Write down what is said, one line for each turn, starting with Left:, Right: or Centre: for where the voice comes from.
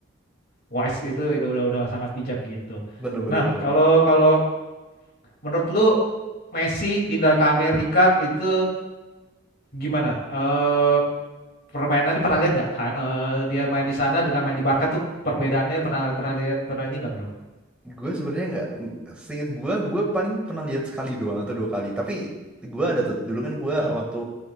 Left: wise itu itu udah udah sangat bijak gitu.
Centre: Benar benar
Left: Nah
Centre: banget.
Left: kalau kalau Menurut lu Messi pindah ke Amerika itu gimana? Eh permainannya pernah lihat nggak? Ha- eh, dia main di sana dengan main di Barca tuh perbedaannya pernah pernah lihat pernah ini nggak bro?
Centre: Gue sebenarnya nggak, seingat gue, gue paling pernah lihat sekali doang atau dua kali. Tapi gue ada tuh, dulu kan gue
Left: Hmm.
Centre: waktu